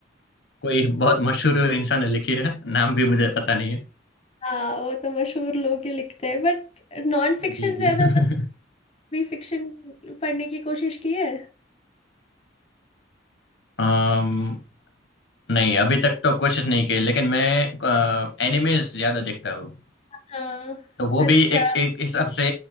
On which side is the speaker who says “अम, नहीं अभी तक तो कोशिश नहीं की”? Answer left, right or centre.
Left